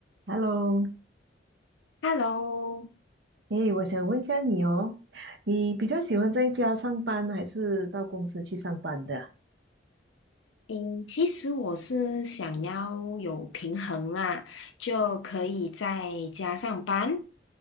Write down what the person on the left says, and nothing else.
Hello，
嗯，其实我是想要有平衡啦，就可以在家上班，